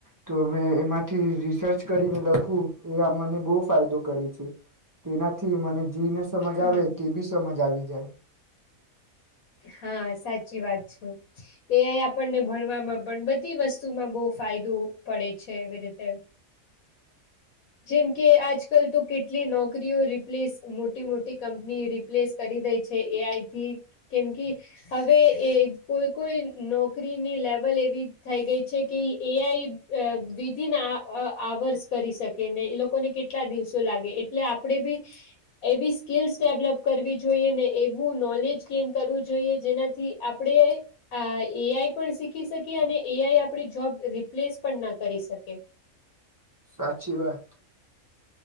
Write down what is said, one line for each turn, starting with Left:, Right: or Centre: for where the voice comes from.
Right: તો અમે એમાં થી રિસર્ચ કરીને લખવું એ મને બહુ ફાયદો કરે છે, તેનાથી મને જીને સમજ
Left: હા
Right: આવે કે બી સમજ આવી જાય.
Left: હા સાચી વાત છે, એ આઈ આપણને ભણવામાં પણ બધી વસ્તુમાં બહુ ફાયદો પડે છે, એવી રીતે જેમ કે આજ કલ તો કેટલી નોકરીઓ રિપ્લેસ મોટી મોટી કંપની રિપ્લેસ કરી દે છે એ આઈથી કેમ કે, હવે એ કોઈ કોઈ નોકરીની લેવલ એવી થઈ ગઈ છે કે એ આઈ વિધિન આવર્સ કરી શકે ને એ લોકોને કેટલા દિવસો લાગે એટલે આપણેે બી, એવી સ્કલ્સ ડેવલપ કરવી જોઈએ ને એવું નોલેજ સ્મ કરવું જોઈએ જેનાથી આપણે એ આઈ પણ શીખી શકીએ અને એ આઈ આપણી જોબ રિપ્લેસ પણ ના કરી શકે.
Right: સાચી વાત.